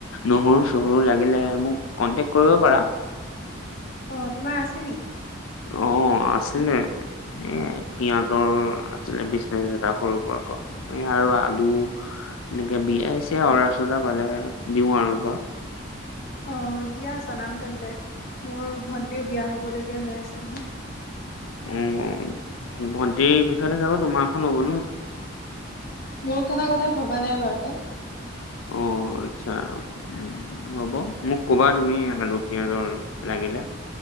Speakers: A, on the left; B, on the left.
A: নহৰু চহৰু লাগিলে মোক কনটেকট কৰিব পাৰা।
B: অ' তোমাৰ আছে নেকি?
A: অ' আছিলে। সেয়াই পিয়াজৰ আছিলে বিজনেছ এটা সৰু সুৰা আকৌ। এ, আৰু আলু এনেকে বিয়াই চিয়া অৰ্ডাৰ পালে দিওঁ আৰু ধৰ।
B: অ' দিয়া জনাম তেন্তে, মোৰ ভণ্টিৰ বিয়া হ'বলগীয়া হৈ আছে নহয়।
A: অ' ভণ্টিৰ পিছতে যাব তোমাৰখন হ'ব ন'?
B: মোৰখনৰ কথা ভবা নাই বাৰুতে।
A: অ' আচ্ছা। উ, হ'ব, মোক ক'বা তুমি আলু পিয়াজৰ লাগিলে।